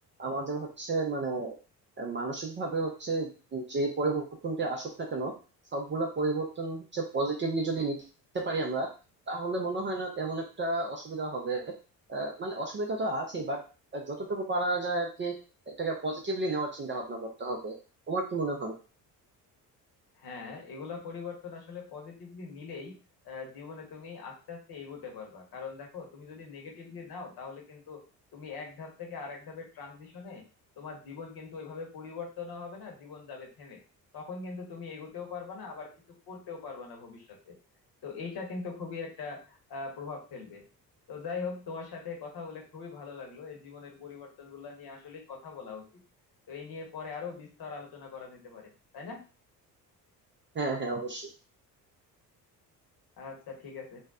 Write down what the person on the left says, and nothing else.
হ্যাঁ এগুলা পরিবর্তন আসলে পজিটিভলি নিলেই আহ, জীবনে তুমি আস্তে আস্তে এগোতে পারবা কারণ দেখো তুমি যদি নেগেটিভলি নাও তাহলে কিন্তু তুমি এক ধাপ থেকে আরেক ধাপের ট্রানজিশনে তোমার জীবন কিন্তু ওইভাবে পরিবর্তনও হবে না জীবন যাবে থেমে তখন কিন্তু তুমি এগোতেও পারবা না আবার কিছু করতেও পারবা না ভবিষ্যতে তো এইটা কিন্তু খুবই একটা আহ, প্রভাব ফেলবে তো যাই হোক তোমার সাথে কথা বলে খুবই ভালো লাগলো এই জীবনের পরিবর্তনগুলো নিয়ে আসলেই কথা বলা উচিত তো এই নিয়ে পরে আরো বিস্তর আলোচনা করা যেতে পারে তাই না
আচ্ছা ঠিক আছে